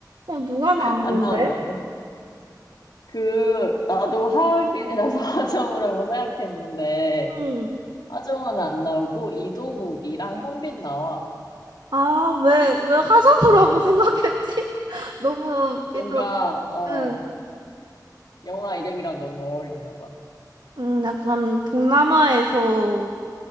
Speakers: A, on the right; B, on the left.
A: 어, 누가 나오는데?
B: 안 나온다고. 그, 나도 하얼빈이라서 <laughs> 하정우라고 생각했는데,
A: 응.
B: 하정우는 안 나오고, 이동욱이랑 현빈 나와.
A: 아, 왜, 왜 하정우라고 <laughs> 생각했지? <laughs> 너무
B: 뭔가,
A: 약간,
B: 어,
A: 응.
B: 영화 이름이랑 너무 어울리나 봐.
A: 음, 약간 동남아에서